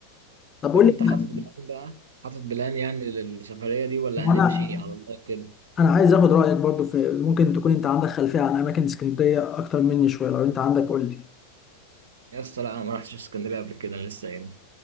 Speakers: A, on the left; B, on the right.
A: طب قول
B: طب انت
A: لي
B: حاطط بلان بقى حاطط بلان يعني للسفرية دي ولا
A: انا
B: هنمشي على الله كده
A: انا عايز اخد رايك برضو في ممكن تكون انت عندك خلفيه عن اماكن اسكندريه اكتر مني شويه لو انت عندك قول لي
B: يا اسطى لا انا ما رحتش اسكندرية قبل كده انا لسه هنا